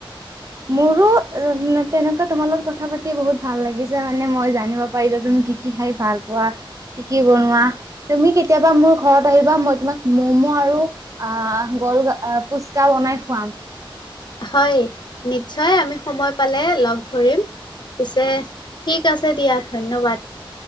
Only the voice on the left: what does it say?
হয় নিশ্চয় আমি সময় পালে লগ ধৰিম। পিছে ঠিক আছে দিয়া ধন্যবাদ।